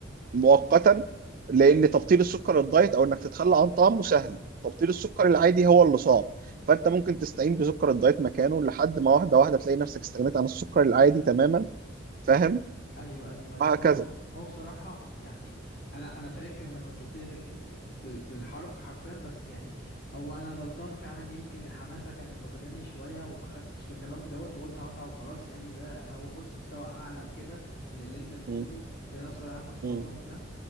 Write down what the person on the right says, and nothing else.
مؤقتا
لان تبطيل السكر الدايت او انك تتخلى عن طعمه سهل تبطيل السكر العادي هو اللي صعب فانت ممكن تستعين بسكر الدايت مكانه لحد ما واحده واحده تلاقي نفسك استغنيت عن السكر العادي تماما فاهم
وهكذا
مم.
مم.